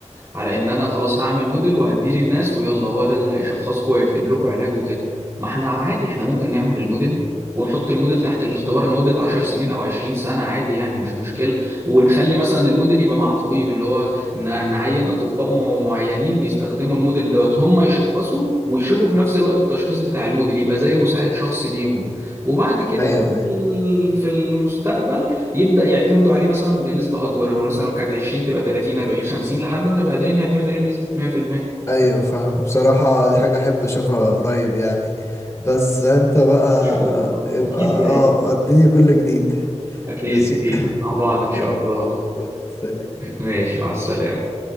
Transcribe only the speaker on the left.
ايوه ايوه
ايوه فاهم بصراحة دي حاجة احب اشوفها قريب يعني بس انت بقى
ابقى
اه اديني كل جديد
ماشي
<laughs>
يلا
يلا سلام.